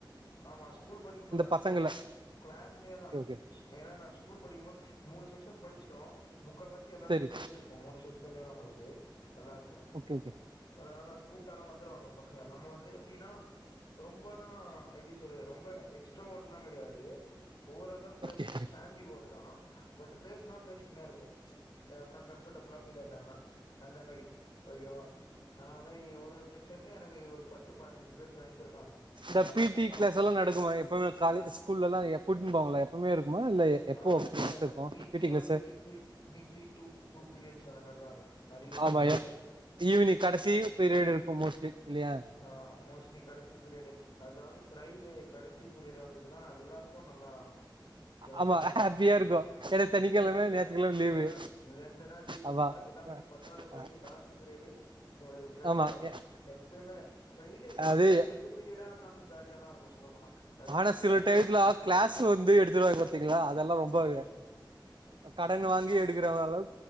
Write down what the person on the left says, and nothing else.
ஆமா ஸ்கூல் படிக்கும்போதுதா
க்ளா கிளாஸ்லயேதா
ஏன்னா நா ஸ்கூல் படிக்கும்போது மூணு செக் ஷன் படிச்சிட்டோ முக்கால்வாசி எல்லாருமே
தெரிஞ்சிருக்கு மூணு வர்ஷத்துல நம்மளுக்கு எல்லாருமே
அதனால நம்ம கூப்ட்டாலு வந்துருவாங்க பசங்க நம்ம வந்து எப்டின்னா ரொம்பனா எ ப்டி சொல்றது ரொம்ப எக்ஸ்ட்ரா ஓட் எல்லா கெடையாது ஓவராலா பேசுவோ
ஆம்பி ஓட்தா பட் பேசுனா பேசிக்கினே இருப்போ யாருனா கம்ஃபர்ட்டபுளா ஃபீல் ஆயிட்டாங்கன்னா அந்த மாரி ஓகேவா அது மாரி ஒரு ஒரு செக்ஷன்லயு எனக்கு ஒரு பத்து பதினஞ்சு பேரு ஃபிரெண்ட்ஸ் இருக்காங்க
அதனால
கூப்ட்டா
வந்துருவ
அ
ஆ
இல்ல இல்ல
வீக்லி
வந்து weekly weekly two two periods அந்த மாரிதா இருக்கு அதிகமா
கூட இருக்காது
ஆஹ் மோஸ்ட்லி கடைசி பிரியரியாடை அதாவது ஃரைடே க டைசி பீரியட் வந்து துது தா எல்லாருக்கும் நல்லா ஜாலியா
இருக்கும்
ரொம்ப
ஹாப்பியா
இரு
ஆஹ் ரெண்டு நாள் லீவு
அது இல்லாம
பத்தாவது குறைக்கும்
லாஸ்ட் பீரியடு உங்களுக்கு பிரைடே
எப்பயுமே ஃப்ரைடே எப்பயுமே
எந்த பீரியடா இருந்தாலும் ஜாலிய தான் இருக்கும் சொல்ல போனா அது
பி டி
பீரியடா
இருந்தா இன்னு
ஜாலி
ம்